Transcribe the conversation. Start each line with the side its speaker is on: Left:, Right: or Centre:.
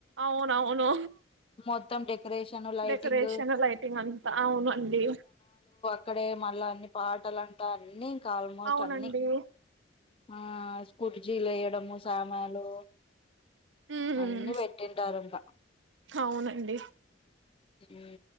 Right: అవునవును
Left: మొత్తం డెకరేషన్ లైటింగ్
Right: డెకొరేషన్ లైటింగ్ అంతా అవును అండి
Left: ఇక్కడే మళ్ళా అన్ని పాటలాంటా అన్ని ఇంకా ఆల్మోస్ట్
Right: అవునండి
Left: అన్ని ఆ స్కూటి జీలు వేయడము సామాలు
Right: ఉమ్
Left: అన్నీ పెట్టింటారు ఇంకా
Right: అవునండి
Left: ఉ